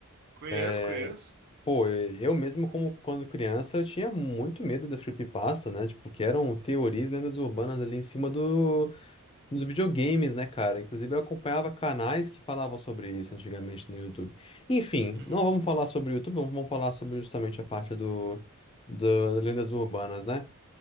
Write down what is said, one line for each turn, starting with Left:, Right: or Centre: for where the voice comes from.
Right: Conheço,
Left: É,
Right: conheço.
Left: Pô, eu mesmo, como quando criança, eu tinha muito medo das creepypasta, né? Tipo, que eram teorias, lendas urbanas ali em cima do, dos videogames, né, cara? Inclusive, eu acompanhava canais que falavam sobre isso antigamente no YouTube. Enfim,
Right: Uhum.
Left: não vamos falar sobre o YouTube, vamos falar sobre justamente a parte do, do lendas urbanas, né?